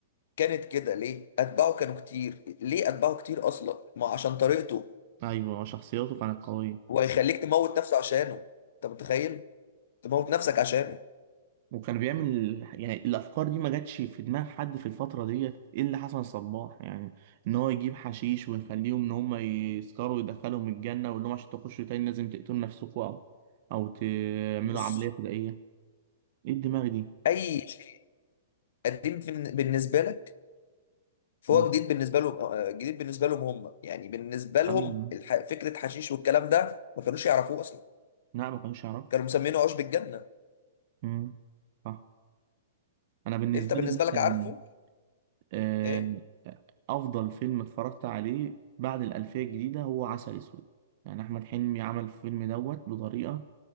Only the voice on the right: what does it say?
ايوه شخصيته كانت قويه
وكان بيعمل يعني الافكار دي ما جاتش في دماغ حد في الفتره ديت الا حسن صباح يعني ان هو يجيب حشيش ويخليهم ان هم يسكروا ويدخلهم الجنه ويقول لهم عشان تخشوا تاني لازم تقتلوا نفسكم او او تعملوا
عمليه فدائيه ايه الدماغ دي
مم.
ايوه
لا ما كانوش يعرفوا
مم. صح انا بالنسبه
لي
مثلا
آه،
افضل فيلم اتفرجت عليه بعد الالفيه الجديده هو عسل اسود يعني احمد حلمي عمل الفيلم دوت بطريقه